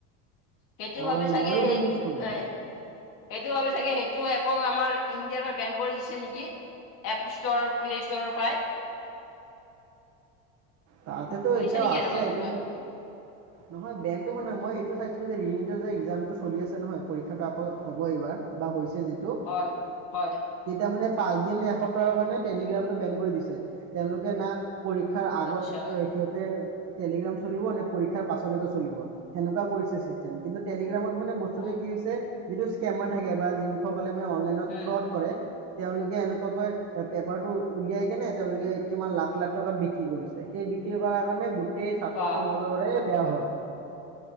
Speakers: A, on the left (about 55°); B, on the right (about 45°).
A: সেইটো
B: অঁ
A: বাবে চাগে
B: ময়ো শুনিছোঁ
A: এ, সেইটো বাবে চাগে সেইটো এইটো এপক আমাৰ ইণ্ডিয়াৰ পৰা বেন কৰি দিছে নেকি। এপ ষ্টৰ, প্লে ষ্টৰৰ পৰাই।
B: তাতেতো
A: শুনিছে
B: এতিয়াও
A: নেকি
B: আছে
A: এনেকুৱা কিবা
B: কিন্তু নহয় বেনটো মানে মই এইটো চাইছো এইটো যে <unintelligible> এক্সাম টো চলি আছে নহয় পৰীক্ষাটো আকৈ এবাৰ হব এইবাৰ, <unintelligible> <unintelligible> যিটো,
A: হয় হয়
B: তেতিয়া মানে পাঁচ দিন নে এসপ্তাহৰ কাৰণে টেলিগ্ৰামটো বেন কৰি দিছে, তেওঁলোকে না পৰীক্ষাৰ আগত
A: আচ্ছা
B: <unintelligible> সিহঁতে টেলিগ্ৰাম চলিব নে পৰীক্ষাৰ পাছলৈকে চলিব, সেনেকুৱা কৰিছে চিষ্টেম কিন্তু টেলিগ্ৰামত মানে বস্তু
A: অ
B: কি হৈছে যিটো স্কেমাৰ থাকে বা যিসকলে মানে অনলাইনত
A: উম
B: ফ্ৰড কৰে তেওঁলোকে এনেকুৱাকৈ পেপাৰটো উলিয়াই কেনে তেওঁলোকে কিমান লাখ লাখ টকাত বিক্ৰী কৰিছে। সেই বিক্ৰী কৰাৰ কাৰণে গোটেই ছাত্ৰ
A: বা
B: সমাজৰে বেয়া হ'ল।